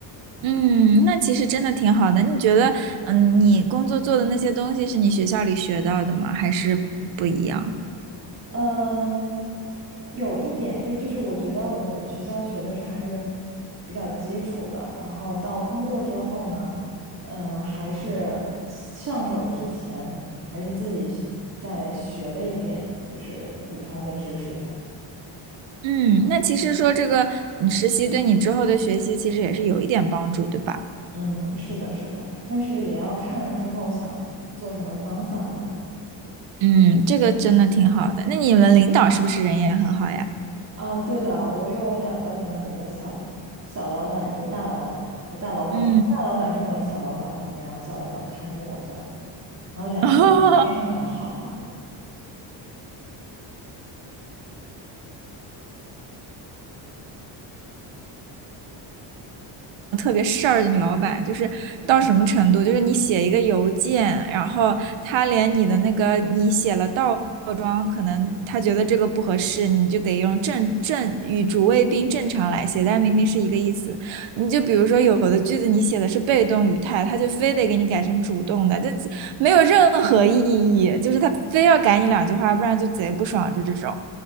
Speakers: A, on the right; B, on the right.
A: 嗯，那其实真的挺好的。你觉得，嗯，你工作做的那些东西是你学校里学到的吗？还是不一样？
B: 嗯，有一点，因为就是我觉得我们学校学的是还是比较基础的，然后到工作之后呢，嗯，还是上手之前还是自己再学了一点，就是补充的知识的。
A: 嗯，那其实说这个嗯实习对你之后的学习其实也是有一点帮助，对吧？
B: 嗯，是的，是的，但是也要看之后想做什么方向的了。
A: 嗯，这个真的挺好的。那你们领导是不是人也很好呀？
B: 啊，对的，我有两个领导，一个小小老板，一个大老板。就大老管大老板是管小老板的嘛，
A: 嗯，
B: 然后小老板看着我这样子，然后两个人都非常的好。
A: <laughs> 个事儿的女老板，就是到什么程度？就是你写一个邮件，然后她连你的那个你写了倒装，可能她觉得这个不合适，你就得用正正与主谓宾正常来写，但明明是一个意思。你就比如说有的句子你写的是被动语态，她就非得给你改成主动的，就没有任何意义，就是她非要改你两句话，不然就贼不爽，就这种，